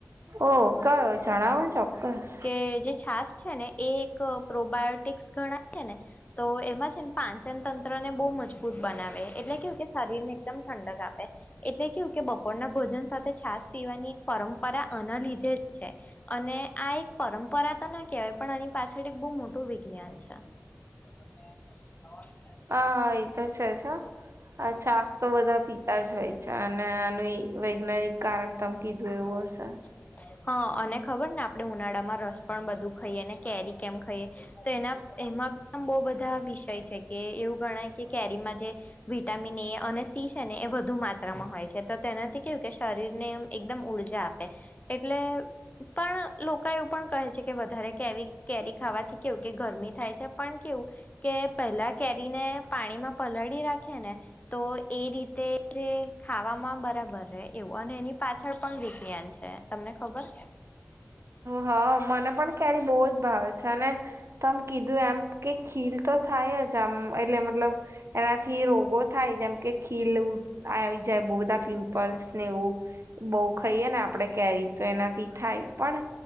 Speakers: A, on the right (about 55°); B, on the left (about 30°).
A: ઓ કયો જણાવો ને ચોક્કસ
B: કે જે છાસ છે ને એ એક પ્રોબાયોટિક્સ ગણાય છે ને તો એમાં છે ને પાંચન તંત્ર ને બહુ મજબૂત બનાવે એટલે કેું કે શરીરને એકદમ ઠંડક આપે એટલે કેું કે બપોરના ભોજન સાથે છાસ પીવાની એક પરંપરા આના લીધે છે અને આ એક પરંપરા તો ના કહેવાય પણ એની પાછળ એક બહુ મોટું વિજ્ઞાન છે <inaudible>
A: આ એ તો છે જ હ આ છાસ તો બધા પીતા જ હોય છે અને આનું વૈજ્ઞાનિક કારણ તમે કીધું
B: <inaudible>
A: એવું હશે
B: હા અને ખબર ને આપણે ઉનાળામાં રસ પણ ખાઈએ ને કેરી કેમ ખાઈએ તો એના એમાં પ બહુ બધા વિષય છે કે એવું ગણાય કે કેરીમાં જે વિટામિન એ અને સી છે ને એ વધુ માત્રામાં હોય છે તો તેનાથી કેવું કે શરીરને એકદમ ઉર્જા આપે એટલે પણ લોકો એવું પણ કહે છે કે વધારે કેવી કેરી કેરી ખાવાથી કેવું કે ગરમી થાય છે પણ કેવું કે પહેલા કેરીને પાણીમાં પલળી રાખીએને ને તો એ રીતે જે ખાવામાં બરાબર રહે એવું અને એની પાછળ પણ વિજ્ઞાન છે તમને ખબર.
A: હ મને પણ ક્યારે બહુ જ ભાવે છે અને તમ કીધું એમ કે ખીલ તો થાય જ આમ એટલે મતલબ એનાથી રોગો થાય જેમ કે ખીલ આવી ય બહુ બધા પિમ્પલ્સને એવું બહુ ખાઈએ ને આપણે કેરી તો એનાથી થાય પણ